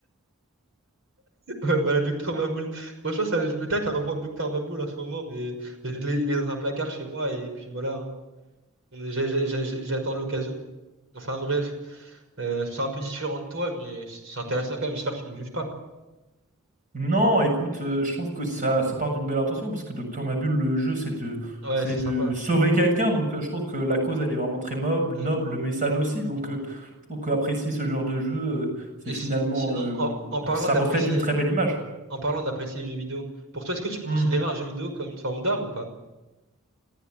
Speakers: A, on the right; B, on the right.
A: Ouais, voilà, Docteur Maboul. Franchement, ça, je me tâte à reprendre Docteur Maboul en ce moment, mais je l'ai- il est dans un placard chez moi, et puis voilà. hein. j'ai- j'ai- j'ai- J'attends l'occasion. Enfin, bref. Euh, c'est un peu différent de toi, mais c'est c'est intéressant quand même. J'espère que tu me juges pas.
B: Non, écoute, euh, je trouve que ça, ça part d'une belle intention parce que Docteur Mabule, le jeu, c'est de,
A: Ouais,
B: c'est
A: c'est
B: de
A: sympa.
B: sauver quelqu'un. Donc, euh, je trouve que la cause, elle est vraiment très noble,
A: Ouais.
B: noble, le message aussi. Donc, euh, je trouve qu'apprécier ce genre de jeu, euh, c'est
A: Et
B: finalement,
A: si, sinon,
B: euh,
A: en, en parlant
B: euh, ça
A: d'apprécier,
B: reflète une très belle image.
A: en parlant d'apprécier les jeux vidéo, pour toi, est-ce que tu
B: Hmm.
A: peux considérer un jeu vidéo comme une forme d'art ou pas?